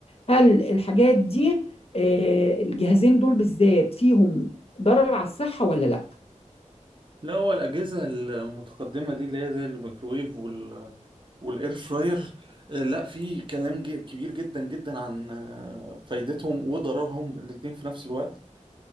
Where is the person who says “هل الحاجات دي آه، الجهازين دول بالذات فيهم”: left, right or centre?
Left